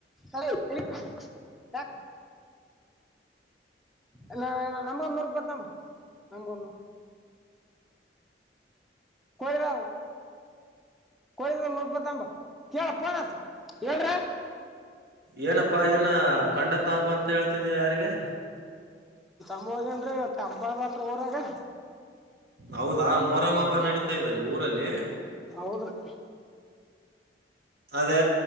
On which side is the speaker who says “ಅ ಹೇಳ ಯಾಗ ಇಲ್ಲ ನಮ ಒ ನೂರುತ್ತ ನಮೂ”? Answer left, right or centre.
Centre